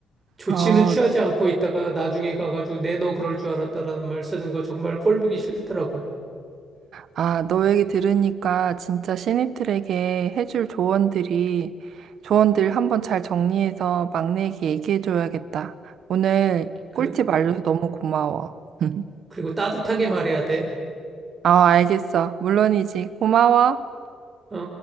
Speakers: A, on the right; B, on the right.
A: 조치는
B: 어,
A: 취하지 않고 있다가 나중에 가가지고 내 너 그럴 줄 알았다라는 말 쓰는 거 정말 꼴보기 싫더라고.
B: 아, 너 얘기 들으니까 진짜 신입들에게 해줄 조언들이, 조언들 한번 잘 정리해서 막내에게 얘기해줘야겠다. 오늘
A: 그리,
B: 꿀팁 알려줘서 너무 고마워. <laughs>
A: 그리고 따뜻하게 말해야 돼.
B: 아, 알겠어. 물론이지. 고마워.
A: 어?